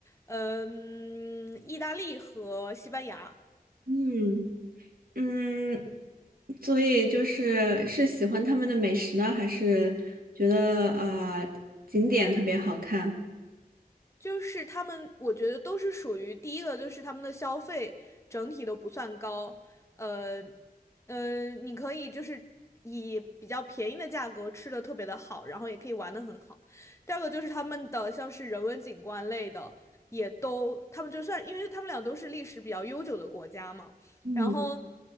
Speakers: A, on the left; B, on the right.
A: 呃嗯，意大利和西班牙。
B: 嗯。嗯，所以就是是喜欢他们的美食呢，还是觉得呃景点特别好看？
A: 就是他们，我觉得都是属于第一个，就是他们的消费整体都不算高，呃，呃，你可以就是以比较便宜的价格吃的特别的好，然后也可以玩的很好。第二个就是他们的像是人文景观类的，也都他们就算，因为他们俩都是历史比较悠久的国家嘛。
B: 嗯，
A: 然后，